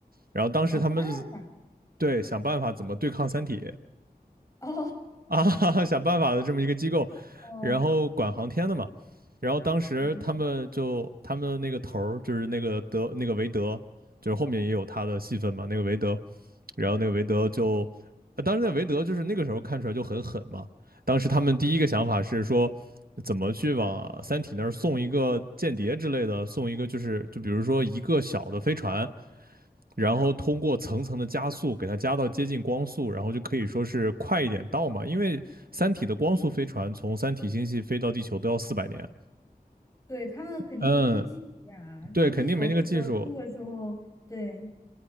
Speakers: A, on the right (about 70°); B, on the left (about 20°).
A: 然后当时他们就是
B: 想办法。
A: 对想办法怎么对抗三体，
B: <laughs> 哦
A: 啊，<laughs> 想办法的这么一个机构，
B: 哦，
A: 然后管航天的嘛。然后当时他们就他们的那个头儿就是那个德那个韦德，
B: 对，
A: 就是后面也有他的戏份嘛，那个韦德。然后那个韦德就，呃当时那个韦德就是那个时候看出来就很狠嘛。当时他们第一个想法是说，怎么去往《三体》那儿送一个间谍之类的，送一个就是就比如说一个小的飞船，然后通过层层的加速给它加到接近光速，然后就可以说是快一点到嘛。因为《三体》的光速飞船从三体星系飞到地球都要四百年，
B: 对他们肯定没那个技术啊，
A: 嗯，对，
B: 就地球的时候，
A: 肯定没那个技术。
B: 那个时候，对。